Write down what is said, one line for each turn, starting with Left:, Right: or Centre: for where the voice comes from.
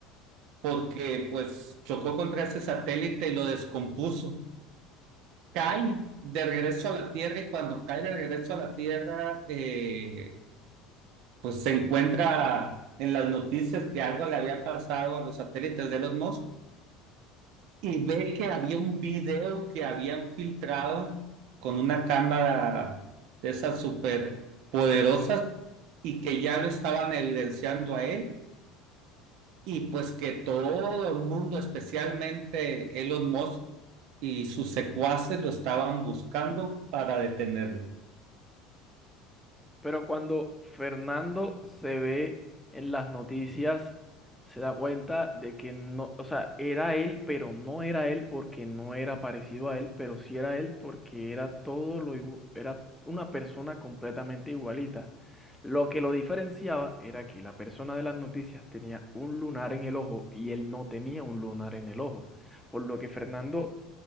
Right: porque pues chocó contra ese satélite y lo descompuso. Cae de regreso a la Tierra y cuando cae de regreso a la Tierra, eh, pues se encuentra en las noticias que algo le había pasado a los satélites de Elon Musk y ve que había un video que habían filtrado con una cámara de esas súper poderosas y que ya lo estaban evidenciando a él Y pues que todo el mundo, especialmente Elon Musk y sus secuaces, lo estaban buscando para detenerlo.
Centre: Pero cuando Fernando se ve en las noticias, se da cuenta de que no, o sea, era él, pero no era él porque no era parecido a él, pero sí era él porque era todo lo, igu- era una persona completamente igualita. Lo que lo diferenciaba era que la persona de las noticias tenía un lunar en el ojo y él no tenía un lunar en el ojo, por lo que Fernando